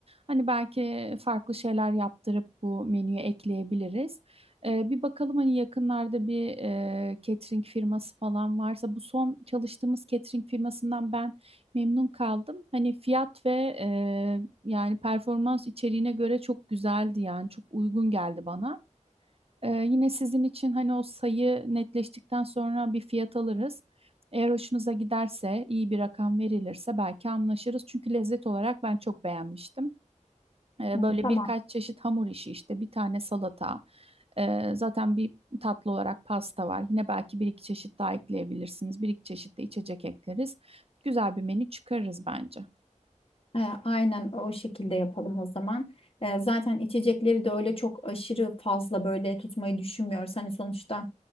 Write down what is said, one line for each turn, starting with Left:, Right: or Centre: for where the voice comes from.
Right: Hani belki farklı şeyler yaptırıp bu menüye ekleyebiliriz. Eee, bir bakalım hani yakınlarda bir eee catering firması falan varsa bu son çalıştığımız catering firmasından ben memnun kaldım. Hani fiyat ve e, yani performans içeriğine göre çok güzeldi yani çok uygun geldi bana. E, yine sizin için hani o sayı netleştikten sonra bir fiyat alırız. Eğer hoşunuza giderse iyi bir rakam verilirse belki anlaşırız. Çünkü lezzet olarak ben çok beğenmiştim. E,
Left: Hı,
Right: böyle
Left: Tamam.
Right: birkaç çeşit hamur işi işte bir tane salata. e, zaten bir tatlı olarak pasta var. Yine belki bir iki çeşit daha ekleyebilirsiniz. Bir iki çeşit de içecek ekleriz. Güzel bir menü çıkarırız bence.
Left: E, aynen o şekilde yapalım o zaman. E, zaten içecekleri de öyle çok aşırı fazla böyle tutmayı düşünmüyoruz. Hani sonuçta